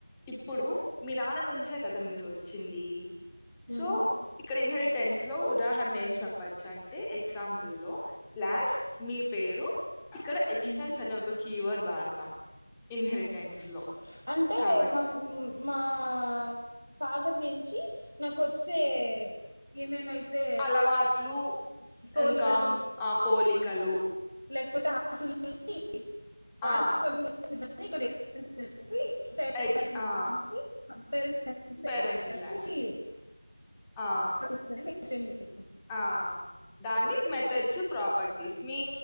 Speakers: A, in the centre; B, on the left (about 85°).
A: ఇప్పుడు మీ నాన్న నుంచే కదా మీరు వచ్చింది
B: హ్మ్
A: సో
B: హ్మ్
A: ఇక్కడ ఇన్హర్ టెన్స్ లో ఉదాహరణ ఏం చెప్పచ్చు అంటే ఎగ్జాంపుల్ లో క్లాస్ మీ పేరు ఇక్కడ ఎక్స్టెన్స్
B: హ్మ్
A: అని ఒక కీవర్డ్ వాడతాం ఇన్హెరిటెన్స్
B: మ్
A: లో
B: అంటే
A: కాబట్టి
B: మా మా ఆ ఫాదర్ నుంచి నాకొచ్చే ఏమేమయ్ అంటే
A: అలవాట్లు
B: ట పోలి
A: ఇంకా
B: కలు
A: ఆ పోలికలు
B: లే కపోతే ఆస్తుంది <unintelligible> వ
A: ఆ
B: <unintelligible>
A: ఎక్స్ ఆ
B: <unintelligible>
A: పేరెంట్ క్లాస్ ఆ
B: చేస్తాం
A: ఆ దాన్ని మెథడ్స్ ప్రాపర్టీస్ మీ